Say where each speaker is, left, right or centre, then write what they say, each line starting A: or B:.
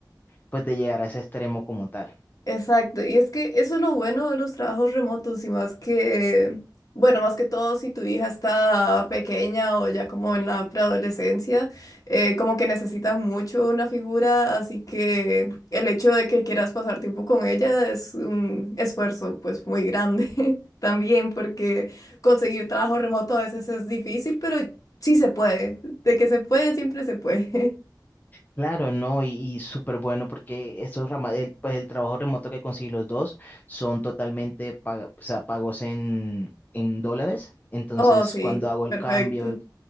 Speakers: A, on the left; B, on the left.
A: pues de llegar a ese extremo como tal.
B: Exacto, y es que eso es lo bueno de los trabajos remotos y más que, bueno, más que todo si tu hija está pequeña o ya como en la preadolescencia, eh, como que necesitan mucho una figura, así que el hecho de que quieras pasar tiempo con ella es un esfuerzo pues muy grande <laughs> también, porque conseguir trabajo remoto a veces es difícil, pero sí se puede, de que se puede, siempre se puede. <laughs>
A: Claro, no, y, y súper bueno porque estos rama- el, pues el trabajo remoto que conseguí los dos son totalmente paga- o sea, pagos en, en dólares. Entonces,
B: Oh, sí,
A: cuando hago el
B: perfecto.
A: cambio